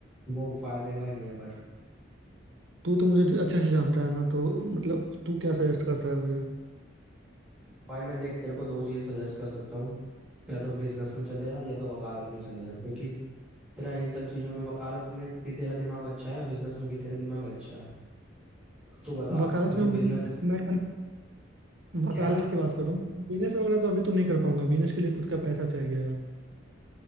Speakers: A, in the centre; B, on the right.
A: वो फायदे का नहीं है पर
B: तू तो मुझे अच्छे से जानता है ना तो मतलब तू क्या सजेस्ट करता है मुझे
A: भाई मैं देख तेरे को दो चीज सजेस्ट कर सकता हूँ या तो बिजनेस में चले जा या तो वकालत में चले जा क्योंकि तेरा इन सब चीजों में वकालत में भी तेरा दिमाग अच्छा है बिजनेस में भी तेरा दिमाग अच्छा है तू बता
B: वकालत
A: कि तू
B: में
A: बिजनेस
B: मैं वकालत
A: क्या
B: की बात करूँ बिजनेस वगैरह तो अभी तो नहीं कर पाऊंगा बिजनेस के लिए खुद का पैसा चाहिए यार